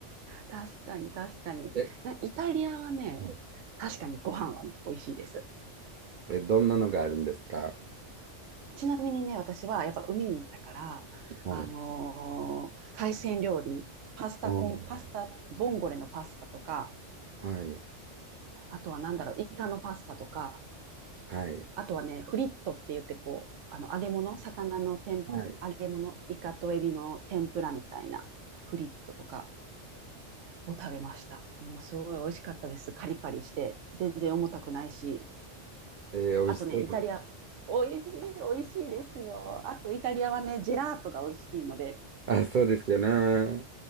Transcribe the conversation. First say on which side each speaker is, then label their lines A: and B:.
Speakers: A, on the right; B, on the right.
A: 確かに、確かに。
B: え、
A: な、イタリアはね、
B: はい
A: 確かにご飯はね、美味しいです。
B: え、どんなのがあるんですか
A: ちなみにね、私はやっぱ海に行ったから、
B: はい。
A: あのー海鮮料理、パスタコン、
B: おー
A: パスタ、ボンゴレのパスタとか、
B: はい。
A: あとはなんだろう、イカのパスタとか、
B: はい。
A: あとはね、フリットって言ってこう、あの、揚げ物、魚の天、
B: はい。
A: 揚げ物、イカとエビの天ぷらみたいなフリットとかを食べました。もうすごい美味しかったです。カリカリして、全然重たくないし、
B: えー、美味しそうです。
A: あとね、イタリア。美味しい、美味しいですよ。あと、イタリアはね、ジェラートが美味しいので。
B: あ、そうですよね。